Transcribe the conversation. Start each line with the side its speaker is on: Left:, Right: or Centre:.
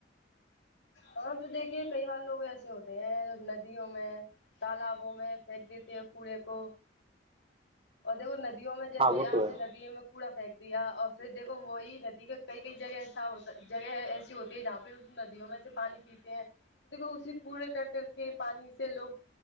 Left: ہاں تو دیکھیے کئی بار لوگ ایسے ہوتے ہیں ندیوں میں تالابوں میں پھینک دیتی ہے کوڑے کو اور دیکھو ندیوں میں جیسے
Right: ہاں وہ
Left: آپ
Right: تو ہے
Left: نے ندی میں کوڑا پھینک دیا اور پھر دیکھو وہی ندی کا کئی کئی جگہ ایسا ہوتا جگہ ایسی ہوتی ہے جہاں پہ ندیوں میں سے پانی پیتے ہیں دیکھو اسی پورے کر کر کے پانی سے لوگ